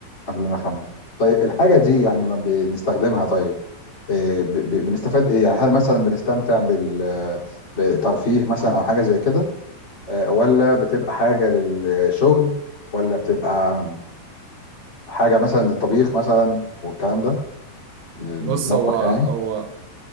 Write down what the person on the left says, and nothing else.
قبل ما أخمن طيب الحاجة دي يعني ما بنستخدمها طيب آه، ب- ب- بنستفاد إيه يعني هل مثلا بنستمتع بال بترفيه مثلا أو حاجة زي كده آه، ولا بتبقى حاجة للشغل ولا بتبقى حاجة مثلا للطبيخ مثلا والكلام ده للمطبخ
يعني